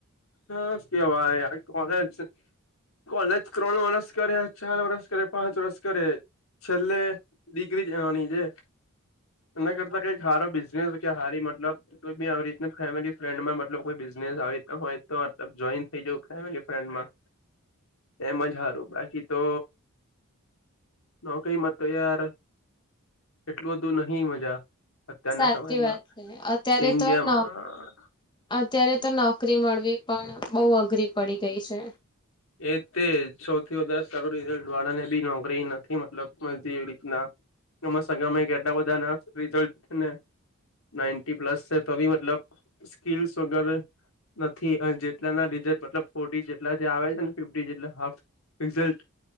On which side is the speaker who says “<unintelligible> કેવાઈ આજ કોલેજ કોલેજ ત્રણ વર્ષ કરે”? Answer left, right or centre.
Left